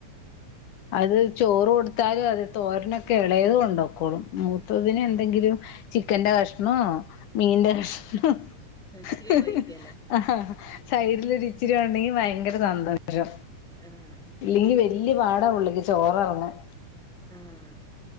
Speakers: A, on the left; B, in the centre.
A: അത് ചോറ് കൊടുത്താലും അത് തോരനൊക്കെ ഇളെ യത് കൊണ്ടോക്കോളും മൂത്തതിന് എന്തെങ്കിലും
B: ആഹ്
A: ചി ക്കന്റെ കഷ്ണോ മീന്റെ കഷ്ണം <unintelligible>
B: ഇച്ചിരി വെറൈറ്റി അല്ലേ
A: സൈഡിലൊരിച്ചിരിയൊണ്ടെങ്കി വയങ്കര <unintelligible> <unintelligible>
B: ആഹ്
A: ഇല്ലെങ്കി വെല്ല്യ പാ ചോറെറങ്ങും
B: ആഹ്